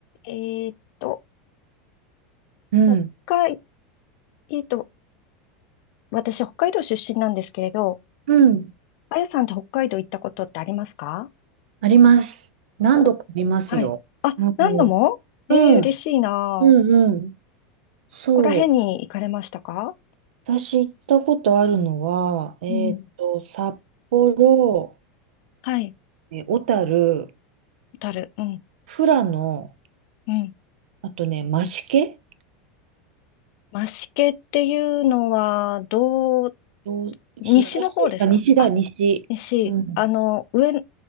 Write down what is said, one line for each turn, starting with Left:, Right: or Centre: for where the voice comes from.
Left: えーっと、
Right: うん。
Left: 北海、えーっと、私、北海道出身なんですけれど、
Right: うん。
Left: あやさんって北海道行ったことってありますか
Right: あります。何度かありますよ。
Left: おはい。あ、
Right: うん。
Left: 何度もえー、
Right: うん。
Left: 嬉しいなあ。
Right: うんうん。
Left: こ
Right: そう。
Left: こら辺に行かれましたか
Right: 私行ったことあるのは、えーっと、
Left: うん。
Right: 札幌、
Left: はい。
Right: えー小樽、
Left: 小樽。うん。
Right: 富良野、
Left: うん。
Right: あとね、増毛
Left: 増毛っていうのは、どう、
Right: どう東、
Left: 西の方ですかあ、
Right: あ、西だ、西。
Left: 西。
Right: うん。
Left: あの、上、ち